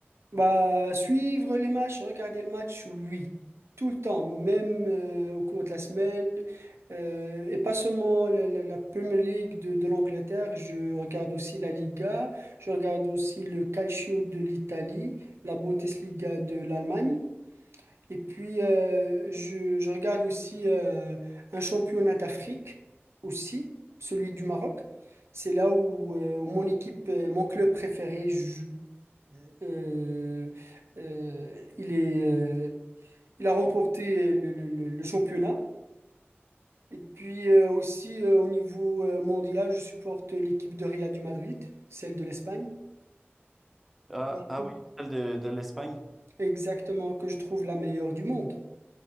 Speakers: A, on the right (about 75°); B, in the centre.
A: Bah, suivre les matchs, regarder le match, oui. Tout le temps, même euh, au cours de la semaine. Euh, et pas seulement la, la- la Premier League de, de l'Angleterre, je regarde aussi la Liga, je regarde aussi le Calcio de l'Italie, la Bundesliga de l'Allemagne. Et puis, euh, je, je regarde aussi euh, un championnat d'Afrique, aussi, celui du Maroc. C'est là où, euh, où mon équipe, euh, mon club préféré, je- euh, euh, il est, euh, il a remporté le, le- le- le championnat. Et puis euh, aussi, euh, au niveau euh, mondial, je supporte l'équipe de Real du Madrid, celle de l'Espagne.
B: Ah,
A: Je
B: ah
A: trouve
B: oui, celle de, de l'Espagne.
A: Exactement, que je trouve la meilleure du monde.